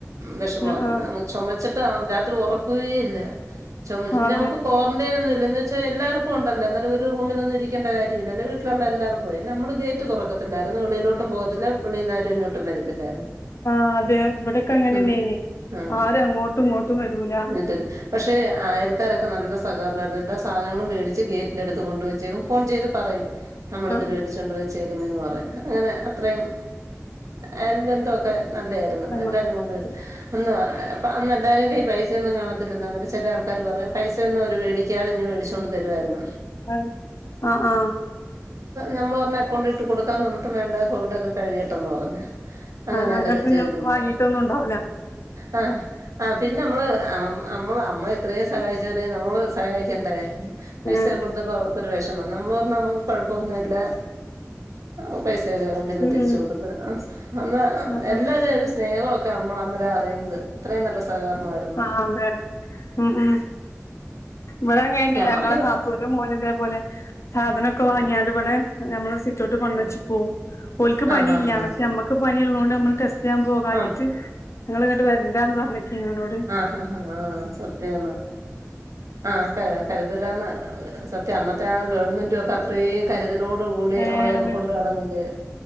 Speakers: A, on the right; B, on the left.
A: വിഷമമായിരുന്നു
B: ആ ആ
A: അങ്ങ് ചുമച്ചിട്ട് രാത്രി ഉറക്കവേ ഇല്ല ചുമച്ച്
B: ആ അതെ
A: നമുക്ക് ക്വാറന്റൈൻ ഒന്നുല്ലന്ന് പക്ഷെ എല്ലാവർക്കും ഉണ്ടല്ലോ ന്നട്ട് ഒരു റൂമിലൊന്നും ഇരിക്കണ്ട കാര്യല്ലല്ലോ വീട്ടിലുള്ള എല്ലാർക്കും ആയി നമ്മള് ഗേറ്റ് തുറക്കത്തില്ല വെളീലോട്ടും പോവത്തില്ല വിളീന്നാരും ഇങ്ങോട്ടും വരത്തില്ലായിരുന്നു
B: ആഹ് അതെ വിടൊക്കെ അങ്ങനെന്നേനി
A: ഉം ആഹ്
B: ആരും അങ്ങോട്ടും ഇങ്ങോട്ടും വരൂല
A: എന്നിട്ട് പക്ഷെ അയൽക്കാരൊക്കെ നല്ല സഹകരണമായിരുന്നു സാധനങ്ങള് മേടിച്ച് ഗേറ്റിന്റെടുത്ത് കൊണ്ട് വെച്ചേക്കും ഫോൺ ചെയ്ത് പറയും നമ്മളിത്
B: ആ
A: വേടിച്ചൊണ്ട് വെച്ചേക്കുന്നേന്ന് പറയും അങ്ങനെ അത്രയും അയൽ ബന്തൊക്കെ നല്ലതായിരുന്നു
B: ആ
A: എല്ലാരും കൊണ്ടുവരും അന്ന് അപ്പൊ അന്ന് എല്ലാരുടെലും പൈസയൊന്നും കാണത്തില്ലല്ലോ എന്നിട്ട് ചെലേ ആൾക്കാര് പറയും പൈസയൊന്നും അവര് വേടിക്കാതെ ഇങ് മേടിച്ചോണ്ട് തരുമായിരുന്നു
B: ആ ആഹ് ആഹ്
A: ഞമ്മള് പറഞ്ഞു അക്കൗണ്ടിട്ടു കൊടുക്കാന്ന് പറഞ്ഞിട്ട് വേണ്ട കോവിഡ് ഒക്കെ കഴിയട്ടെന്ന് പറഞ്ഞ് അങ്ങനെയൊക്കെ
B: ആ ആ ഇങ്ങട്ട് പിന്നെ
A: ചെയ്തിട്ടുണ്ട്
B: വാങ്ങീട്ടൊന്നും ഉണ്ടാവൂല
A: ആ ആ പിന്നെ നമ്മള് നമ്മള് നമ്മള ഇത്രയും സഹായിച്ചവരെ നമ്മള് സഹായിക്കണ്ടേ പൈസ
B: ഏ
A: കൊടുപ്പോ അവർക്കൊരു വിഷ മം നമ്മള് പറഞ്ഞു നമ്മക്ക് കുഴപ്പൊന്നുല്ല <unintelligible>
B: ഉം ഉം ഉം ഉം
A: സ്നേഹമൊക്കെ നമ്മളന്നേരാ അറിയുന്നത് ത്രയും നല്ല സഹകരണമായിരുന്നു
B: ആ അതെ ഉം ഉം വടെ ഞങ്ങളെ
A: പിന്നെ ആദ്യമൊക്കെ
B: നാത്തൂന്റെ മോനിതേപോലെ സാധനൊക്കെ വാങ്ങിയാണ്ട്
A: ഉം
B: ഇവിടെ നമ്മളെ സി റ്റൗട്ട് കൊണ്ടച്ച്
A: ഉം
B: പോവും ഓൽക്ക് പനീല്ല
A: ആഹ് ആഹ് ആഹ്
B: പക്ഷെ അമ്മക്ക് പനീള്ളോണ്ട് നമ്മള് ടെസ് റ്റ് ഞാംപോകാഞ്ഞിട്ട്
A: ആഹ്
B: ഇങ്ങള്ങ്ങട്ട് വരണ്ടാന്ന് പറഞ്ഞക്കിനോനോട്
A: ആ ആ സത്യാന്ന് ആ കരുതലാണ് സത്യം അന്ന ത്താ ഗവൺമെന്റൊക്കെ അത്രേയും കരുത ലോട് കൂടി
B: ഏഹ്
A: നമ്മളെയൊക്കെ
B: ആണ്
A: കൊണ്ട്‌ നടന്നില്ലേ